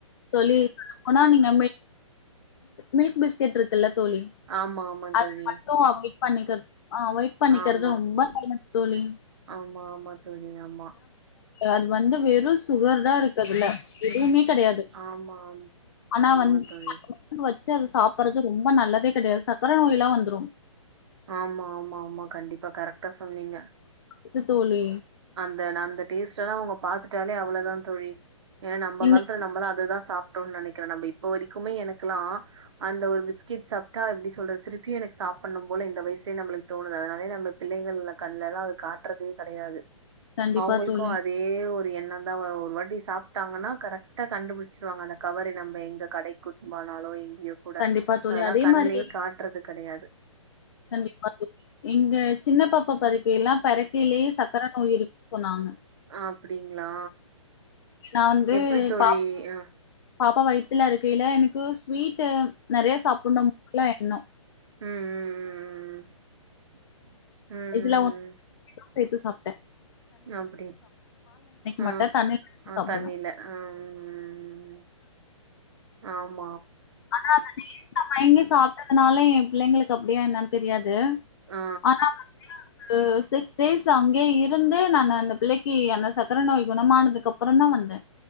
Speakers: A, on the left; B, on the right.
A: சொல்லி போனா நீங்க மில்க் பிஸ் கீற்று தல்ல தோழி
B: ஆமா, ஆமா
A: அது
B: தோழி.
A: மட்டு அ குவிட் பண்ணக்கர் அவாய்ட் பண்ணிக்கிறது
B: ஆமா,
A: ரொம்ப நல்லது தோலி
B: ஆமா ஆமா தோலி ஆமா
A: அது வந்து வெறுஸ் சுகர் தா இருக்கதுல எதுவுமே கடையாது
B: ஆமா,
A: ஆனா
B: ஆமா ஆமா
A: வந்து
B: தோழி.
A: வ வச்சு அத சாப்பட்றது ரொம்ப நல்லதே கடையாது சக்கரை நோய்லா வந்துரு
B: ஆமா ஆமா ஆமா கண்டிப்பா கரெக்டா சொன்னீங்க
A: த்து தோலி
B: அன் அந்த டேஸ்டெல்லா அவங்க பாத்துட்டாலே அவ்வளதா தொழி ஏன்னா நம்ம
A: நீங்க
B: காலத்துல நம்மளா அததா சாப்ட்டோம்னு நனைக்கிற நம்ம இப்போ வரைக்குமே எனக்குலா அந்த ஒரு பிஸ்கெட் சாப்ட்டா எப்டி சொல்றது திருப்பியு எனக்கு சாப்புண்ணு போல இந்த வயசுலே நம்மளுக்கு தோணுது அதனாலே நம்ம பிள்ளைகள்ல கண்ணலலா அத காட்றது கடையாது
A: கண்டிப்பா
B: அவங்களுக்கு
A: தோழி.
B: அதே ஒரு என் ந்தா ஒரு ஒரு வாட்டி சாப்ட்டாங்கன்னா கரெக்டா கண்டுபிடிச்சிருவாங்க அந்த கவரு நம்ம எங்க கடைக்கு கூட்டுபோனாலூ எங் ய்யுகூட
A: கண்டிப்பா தோழி.
B: அதெல்லா
A: அதே
B: கண்லயே
A: மாரி
B: காட்றது கடையாது
A: கண்டிப்பா எங்க சின்ன பாப்பா பருக்கை எல்லாம் பெறக்கையிலேயே சக்கர நோய் இருக்கு சொன்னாங்க
B: அ அப்டிங்களா
A: நான் வந்து
B: எப்டி தோழி
A: பா
B: அ
A: பாப்பா வயித்துல‌ இருக்கைல எனக்கு ஸ்வீட்டு நறையா சாப்புனும் போல எண்ணோ
B: ம் ம் ம் ம் ம் ம்
A: இதுல ஒன்னு
B: ம்
A: சேத்து சாப்ட
B: அப்டி
A: மாட்டே
B: ம்
A: தண்ணில நெனச்சு
B: அ‌
A: சாப்டுவே
B: தண்ணில அம் ஆம்
A: அதா அந்த டேஸ்ட்ல மயங்கி சாப்டுற அதனால எ புள்ளைங்களுக்கு அப்டியா என்னன் தெரியாது
B: ஆ,
A: ஆனா வந்து சிக்ஸ் டேஸ் அங்கயே இருந்து நானு அந்த புள்ளைக்கு அந்த சக்கர நோய் குணமானதுக்கு அப்புறந்தா வந்த